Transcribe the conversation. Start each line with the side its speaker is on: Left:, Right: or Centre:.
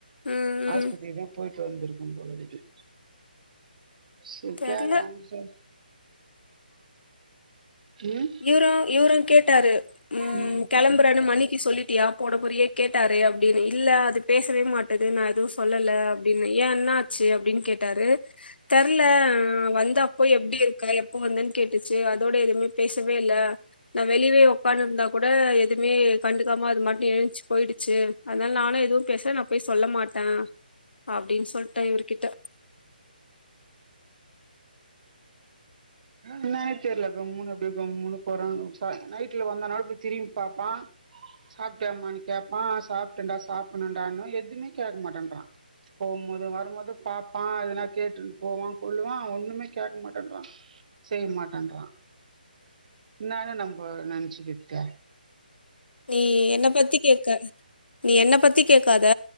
Left: ம்
Right: ஆஸ்பித்திரி
Left: ம்
Right: தா போய் வந்திருக்கு போல இருக்கு சரி
Left: தெர்ல
Right: கேகலானு சார் ம்
Left: இவரு இவரு கேட் ட்டாரு உம்
Right: ம்
Left: கிளம்புறானு மணிக்கு சொல்லிட் டியா போட புரிய கேட்டாரு அப்டின்னு இல்ல அது பேசவே மாட்டது நா எதுவு சொல்லல அப்டின்னு ஏ என்ன ஆச்சு அப்டின்னு கேட்டாரு தெரல வந்த அப்போ எப்டி இருக்கா எப்போ வந்தன்னு கேட்டுச்சு அதோட எதுவுமே பேசவே இல்ல நா வெளியவே உக்கானு இருந்தா கூட எதுவுமே கண்டுக்காம அது மட்டு எழுச்சு போயிடுச்சு அதனால நானு எதுவு பேசல நா போய் சொல்ல மாட்டே அப்டின்னு சொல்லிட்டே இவர் கிட்ட
Right: என்னனே தெரியல கம்முனு அப்படிய கம்முனு போறாங்க நைட்ல வந்தனாலு போய் திரும்பி பாப்பான் சாப்பிட்டயாமான்னு கேட்பா சாப்பிட்டேன்டா சாப்பிடனன்டான்னு எதுவுமே கேட்க மாட்டேன்றா போகும் போது வரும்போது பாப்பா எதுனா கேட்டுட்டு போவா கொல்லுவா ஒண்ணுமே கேட்க மாட்டேறா செய்ய மாட்டேன்றா என்னானு நம்ம நெனைச்சிக்கிது
Left: நீ என்ன பத்தி கேக்க நீ என்ன பத்தி கேக்காத